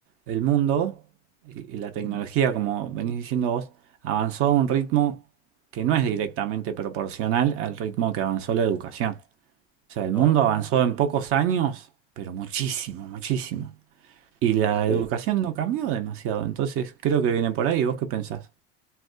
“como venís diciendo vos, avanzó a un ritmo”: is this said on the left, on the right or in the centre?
Right